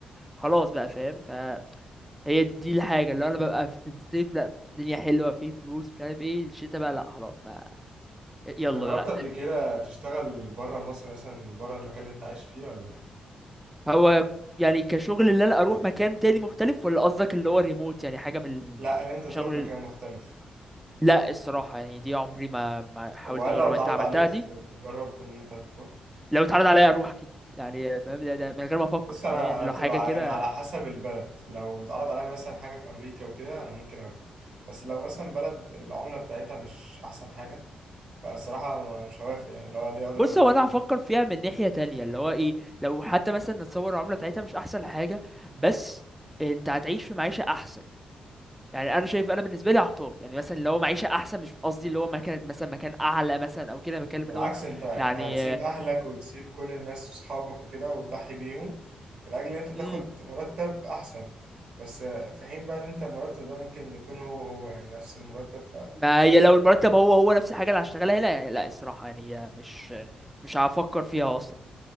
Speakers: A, in the centre; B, on the right.
A: خلاص بقى فاهم ف هي دي دي الحاجة اللي أنا ببقى في الصيف لأ الدنيا حلوة في فلوس مش عارف ايه الشتا بقى لأ خلاص ما يلا
B: انت جربت
A: بقى
B: قبل كده تشتغل بره مصر مثلا بره المكان اللي انت عايش فيه ولا
A: هو يعني كشغل اللي أنا أروح مكان تاني مختلف ولا قصدك اللي هو ريموت يعني حاجة من
B: لا ان انت تروح
A: الشغل
B: مكان
A: ال-
B: مختلف
A: لأ الصراحة يعني دي عمري ما, ما حاولت
B: طب وهل
A: أجربها
B: لو اتعرض
A: أنت عملتها
B: عليك
A: دي
B: ت- تجرب ان انت تروح
A: لو اتعرض عليا أروح أكيد يعني فاهم ده, ده من غير ما أفكر
B: بص انا
A: فاهم يعني
B: انا
A: لو
B: بتبقى
A: حاجة كده
B: يعني على حسب البلد لو اتعرض عليا مثلا حاجه في امريكا وكده انا ممكن اوافق بس لو مثلا بلد العمله بتاعتها مش احسن حاجه فالصراحه مش هوافق يعني اللي هو ليه اضرب
A: بص
B: مش
A: هو أنا هفكر فيها من ناحية تانية اللي هو ايه لو حتى مثلا نتصور العملة بتاعتها مش أحسن حاجة بس انت هتعيش في معيشة احسن يعني انا شايف انا بالنسبه لي هختار يعني مثلا لو معيشه احسن مش قصدي اللي هو مكان مثلا مكان اعلى مثلا او كده بتكلم
B: بالعكس
A: اللي هو
B: انت انت
A: يعني
B: هتسيب اهلك وتسيب كل الناس وصحابك وكده وتضحي بيهم من اجل ان انت تاخد
A: امم
B: مرتب احسن بس في حين بقى ان انت المرتب ده ممكن يكون هو هو يعني نفس المرتب
A: ما هي لو المرتب هو هو نفس الحاجه اللي هشتغلها هنا يعني لا الصراحه يعني هي مش مش هفكر فيها اصلا